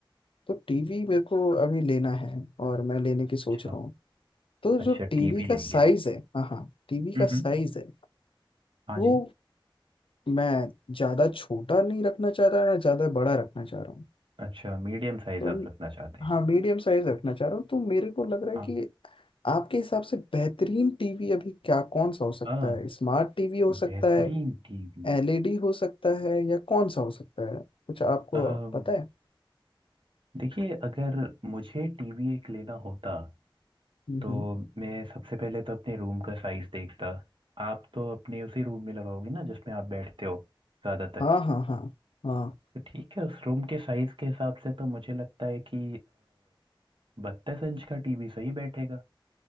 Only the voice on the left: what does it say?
तो टीवी मेरे को अभी लेना है और मैं लेने की सोच
रहा हूँ तो जो
टीवी
का
साइज है हाँ हाँ टीवी
का साइज है
वो
मैं ज्यादा छोटा नहीं रखना चाह रहा ना ज्यादा बड़ा रखना चाह रहा हूँ
तो
हाँ मीडियम साइज रखना चाह रहा हूँ तो मेरे को लग रहा है
कि आपके हिसाब से बेहतरीन टीवी अभी क्या कौन सा हो सकता
है स्मार्ट टीवी हो
सकता है
एलईडी हो सकता है या कौन सा हो सकता है कुछ आपको
पता है
हम्म
हम्म।
हाँ हाँ हाँ हाँ